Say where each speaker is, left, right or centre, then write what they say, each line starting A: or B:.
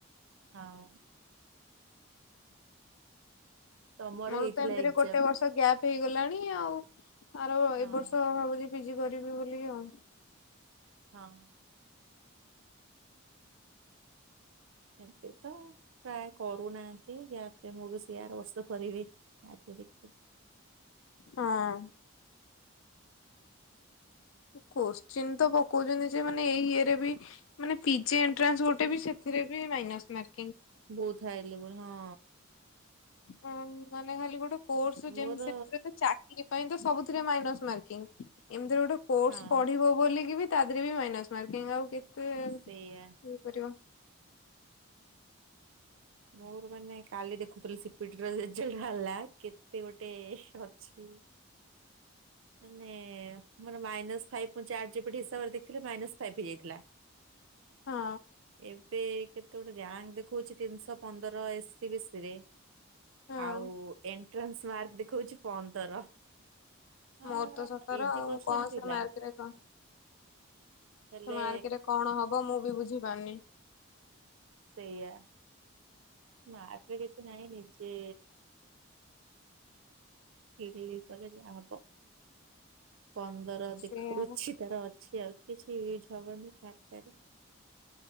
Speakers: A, on the right; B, on the left.
A: ହଁ ତମର
B: ମୋର
A: ହେଇଥିଲା
B: ତ ଏମିତିରେ
A: ଏକ୍ଜାମ
B: ଗୋଟେ ବର୍ଷ ଗ୍ୟାପ ହେଇଗଲାଣି ଆଉ ଆର
A: ହଁ
B: ଏଇ ବର୍ଷ ଭାବୁଛଚି ପିଜି କରିବି ବୋଲିିକି ଆଉ।
A: ହଁ। ଏବେ ତ ପ୍ରାୟେ କରୁନାହାନ୍ତି ବ୍ୟା ମୁଁ ବି ସେଇ ଆର ବର୍ଷ କରିବି ଆଗେ ଦେଖି
B: ହଁ। କୋଶ୍ଚିନ୍ ତ ପକୋଉଚନ୍ତି ଯେ ମାନେ ଏଇ ଇଏରେ ବି ମାନେ ପିଜି ଏଣ୍ଟ୍ରାନ୍ସ ଗୋଟେ ବି ସେଥି ରେ ବି ମାଇନସ୍ ମାର
A: ବୋହୁତ ହାଇ ଲେବୁଲ ହଁ।
B: ଆଉ ମାନେ ଖାଲି ଗୋଟେ କୋର୍ସରେ
A: ମୋର
B: ଯେମତି ସେମତିରେ ତ ଚାକିରରି ପାଇଁ ତ ସବୁଥିରେ ମାଇସ୍ ମକିଙ୍କି ଏମିତିରେ ଗୋଟେ କୋସ
A: ହଁ
B: ପଢିବ ବୋଲିକି ବି ତା ଦେହ ବି ମାଇନାସ୍ ମାରକିଙ୍ଗି ଆଉ କେତେ ଇଏ
A: ସେଇଆ।
B: କରିବ
A: ମୋର ମାନେ କାଲି ଦେଖୁଥିଲୁ ସିପିର ରେଜଲ୍ଟ ବାହାରିଲା କେତେ ଗୋଟେ ଅଛି ମାନେ ମୋର ମାଇନସ ଫାଇପ ମୁଁ ଚାଟ୍ ଜି ପି ଟି ଦେଖିଲି ମାଇନସ ଫାଇପ ହେଇଯାଇଥିଲା।
B: ହଁ
A: ଏବେ କେତେ ଗୋଟେ ରଙ୍କ ଦେଖଉଚି ତିନିଶହ ପନ୍ଦର ଏସ୍ ସ ବି ସି ରେ
B: ହଁ
A: ଆଉ ଏ ଟ୍ରସମାର୍କ ଦେଖୋଉଚି ପନ୍ଦର। ହଁ
B: ମୋର ତ ସତର
A: ଇଜି
B: ଆଉ
A: କୋଶ୍ଚିନ୍
B: କଣ
A: ଥିଲା
B: ସେ ମାର୍କରେ କଣ
A: ହେଲେ
B: ସେ ମାର୍କେଟରେ କଣ ହବ ମୁଁ ବି ବୁଝି ପାରୁନି।
A: ସେଇଆ। ମାର୍କ ରେ କିଛି ନାହିଁ ନିଜେ <unintelligible> କଲେ ଯା ହବ। ପନ୍ଦର
B: ସେଇଆ
A: ଦେଖ ଉଛି ତାର ଅଛି ଆଉ କିଛି ୟଜ ହବନି ତାର